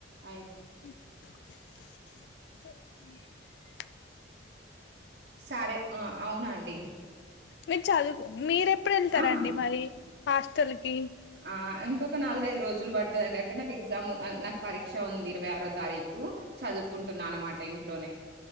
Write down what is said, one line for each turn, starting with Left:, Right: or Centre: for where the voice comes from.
Right: అయి
Left: <inaudible>
Right: సరే ఆ అవునా అండి
Left: మీర్ చదువు మీరేప్ ప్పుడెళ్తారండి
Right: ఆ!
Left: మరి హాస్టల్కి
Right: ఆ ఇంకొక నాలుగైదు రోజులు బడతదండి. అంటే నాక్ ఎగ్జామ్ <unintelligible> నాక్ పరీక్ష ఉంది. ఇరవై ఆరో తారీకు చదువుకుంటున్నా, అనమాట ఇంట్లోనే.